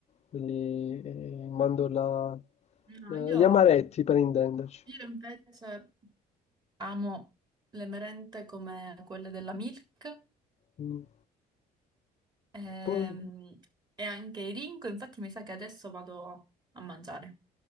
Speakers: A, on the left; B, on the right.
A: quelli eh, mandorla...
B: No,
A: eh,
B: io,
A: gli amaretti per intenderci.
B: io invece amo le merende come quelle della Milk
A: Mm.
B: ehm,
A: Poi,
B: e anche i Ringo, infatti mi sa che adesso vado a mangiare.